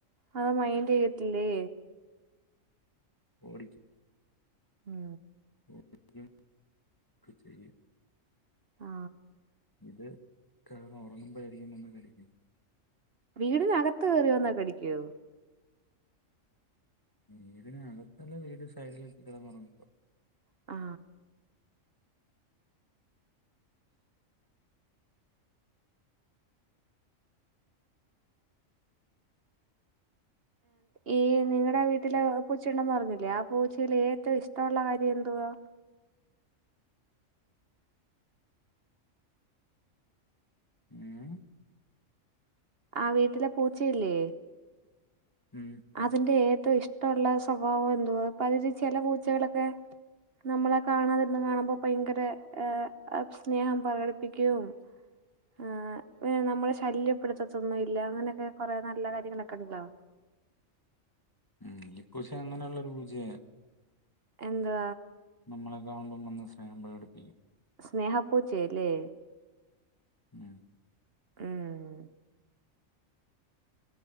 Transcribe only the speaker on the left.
ഓടി
<unintelligible> ചെയ
ഇത് കെടന്ന് ഉറങ്ങുമ്പോ ആയിരിക്കും വന്ന് കടിക്കുന്ന-
വീടന് അകത്തല്ല വീട് സൈഡിലൊക്ക കിടന്നോറങ്ങുമ്പോ
മ്
മം
മ് ഈ പൂച്ചെ അങ്ങനെയുള്ളൊരു പൂച്ചയാ
നമ്മളെ കാണുമ്പോൾ വന്ന് സ്നേഹം പ്രകടിപ്പിക്കും
മ്